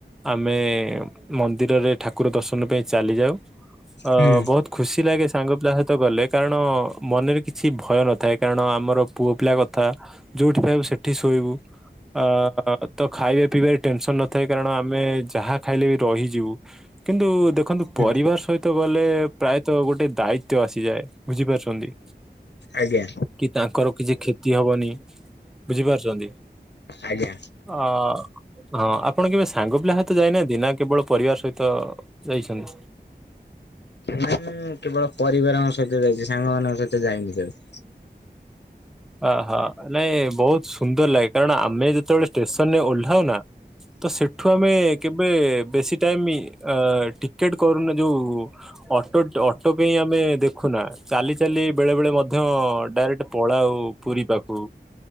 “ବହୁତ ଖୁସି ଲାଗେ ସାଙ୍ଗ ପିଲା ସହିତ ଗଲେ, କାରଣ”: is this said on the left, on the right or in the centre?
Centre